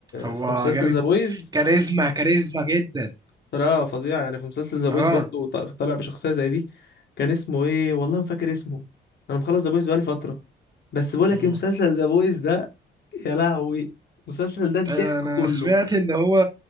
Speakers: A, on the right; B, on the left.
A: هو
B: في مسلسل
A: جامد
B: ذا بويز
A: كاريزما كاريزما جدا
B: طريقه فظيعه يعني في مسلسل ذا بويز
A: اه
B: برضه ط- طالع بشخصيه زي دي كان اسمه ايه والله ما فاكر اسمه انا مخلص ذا بويز بقالي فتره بس بقول لك
A: مم.
B: ايه مسلسل ذا بويز ده يا لهوي المسلسل ده الضحك
A: انا
B: كله
A: سمعت ان هو